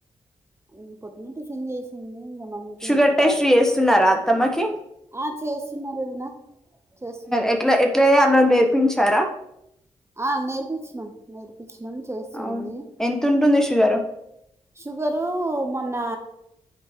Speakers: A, on the right; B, in the centre.
A: మ్ పొద్దున్న టిఫిన్ చేసింది. ఇంగా మమ్మీకి
B: షుగర్
A: హెల్త్
B: టెస్ట్
A: బాలేదు
B: చేస్తున్నారా
A: కదా
B: అత్తమ్మకి
A: ఆ చేస్ తిన్నారు వొదినా చేస్తున్నాం
B: ఎట్లా ఎట్లా చేయాలో నేర్పించారా
A: ఆ నేర్పించినం నేర్పించినం చేస్తుంది
B: అవును ఎంత ఉంటుంది షుగరు
A: షుగర్ పు మొన్న